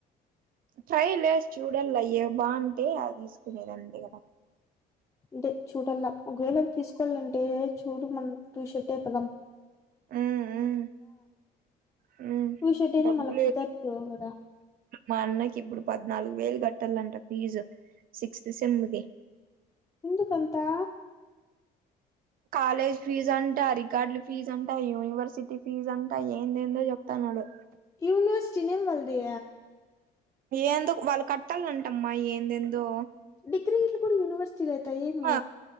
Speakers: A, on the right (about 55°); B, on the left (about 20°).
A: ట్రైలేసి చూడల్ల ఏవ్ బాన్ అంటే అ తీసుకునేదండి కదా
B: అదే చూడల్లా ఒకవేళ తీసుకోవాలంటే చూడు, మనం టూ షర్టే పదం
A: హు హు హు
B: టూ షర్ట్ అని
A: డబ్బులు
B: మళ్ళ కుదరదు కదా
A: మా అన్నకి ఇప్పుడు పద్నాలుగు వేలు కట్ కట్టాలాంట ఫీజు సిక్సత్ సెంది
B: ఎందుకంతా
A: కాలేజ్ ఫీజ్ అంట, రికార్డుల ఫీజ్ అంట, యూనివర్సిటీ ఫీజ్ అంటా, ఏందేందో చెప్తాన్నాడు.
B: University name వాలది.
A: ఏందో వాళ్ళు కట్టాలంటమ్మా ఏందేందో.
B: డిగ్రీ ఇలు కూడా యూనివర్సిటీలు అయితా ఏమి.
A: ఆ,